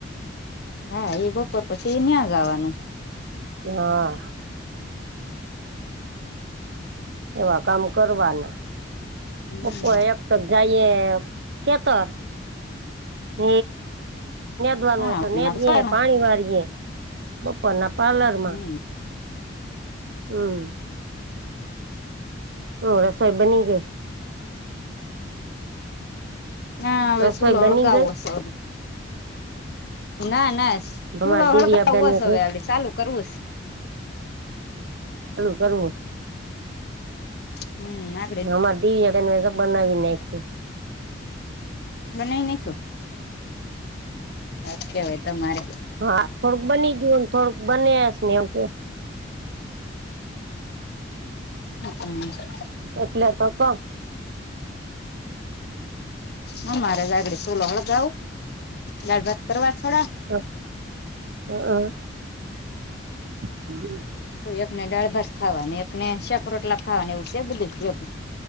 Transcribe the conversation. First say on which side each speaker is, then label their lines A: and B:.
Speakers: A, on the left; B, on the right.
A: હા એ બપોર પછી ન્યાં જવાનું
B: હા એવા કામ કરવાના
A: હમ
B: પપો એક ત જઈએ કેતર હ <unintelligible> વાનું
A: હા
B: હોય તો નેે પાણી વાળીે બપોર ના પાર્લર
A: હમ
B: માં હમ હમ રસોઈ બની ગ
A: ના હવે
B: રસોઈ
A: સુુંલો
B: બની
A: હળગાવ
B: ગઈ
A: હશે ના ના <unintelligible> શું
B: અમારે
A: ન
B: દિવ્યા
A: હળગ
B: બેનને
A: હવાસવેલી ચાલું કરવસ
B: કરું કરું
A: હમ ના
B: અમાર દીયા બેને સબ બનાવી નાયખુ
A: બનાઈને આજ કેવાય તમારે
B: હા થોડુંક બની ગયું ને થોડુંક બને નેવુશે
A: <inaudible>
B: એટલે તો ક
A: <unintelligible> દાળ ભાત કરવા છે
B: <inaudible> હમ
A: કોઈ એકને દાળ ભાત ખાવા એકને શાક રોટલા ખાવા નેવું છે, બધું